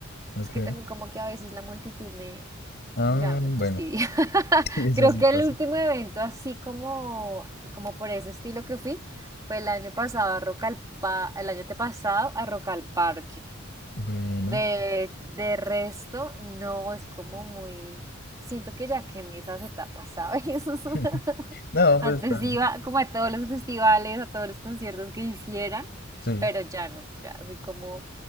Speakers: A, on the left; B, on the right.
A: Ok.
B: Es que también como que a veces la multitud me,
A: Ah,
B: Ya me
A: bueno,
B: fastidia.
A: <laughs>
B: <laughs>
A: sí, eso
B: Creo
A: sí
B: que
A: pasa.
B: el último evento así como, como por ese estilo que fui fue el año pasado a Rock al Pa- el año antepasado a Rock al Parque.
A: bueno.
B: De, de resto, no es como muy, siento que ya quemé esas etapas, ¿sabes? <laughs>
A: <laughs> No,
B: Antes
A: pues está bien.
B: iba como a todos los festivales, a todos los conciertos que hicieran,
A: Sí,
B: pero ya no, ya soy como